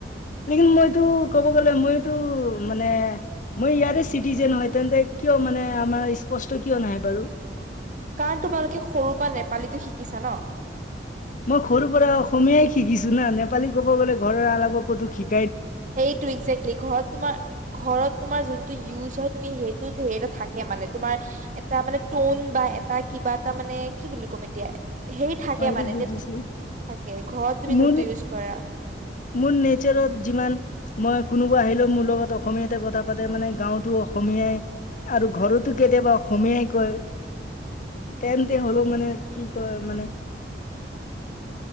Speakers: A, on the left; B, on the right.
A: লেকিন মইতো ক'ব গ'লে মইতো মানে- মই ইয়াৰে চিটিজেন হয় তেন্তে কিয় মানে আমাৰ স্পষ্ট কিয় নাহে বাৰু?
B: কাৰণ তোমালোকে সৰুৰ পৰা নেপালীতে শিকিছা ন।
A: মই সৰু পৰা অসমীয়াই শিকিছো না নেপালী ক'ব গ'লে ঘৰৰ আলাবা ক'তো শিক-
B: সেইটো একজেক্টলি ঘৰত তোমাৰ ঘৰত তোমাৰ যোনটো ইউজ হয় তুমি সেইটোত হেৰি এটা থাকে মানে, তোমাৰ এটা টোন বা এটা কি- কিবা এটা মানে কি বুলি ক'ম এতিয়া সেই থাকে
A: মই এইটো
B: মানে
A: বুজিছো
B: টেট থাকে ঘৰত তুমি
A: মোৰ
B: যোনটো ইউজ কৰা।
A: মোৰ নেচাৰত যিমান মই কোনোবা আহিলেও মোৰ লগত অসমীয়াতে কথা পাতে মানে গাঁওতো অসমীয়াই আৰু ঘৰতো কেতিয়াবা অসমীয়াই কয়। তেন্তে হ'লেও মানে কি কয় মানে
B: <inaudible>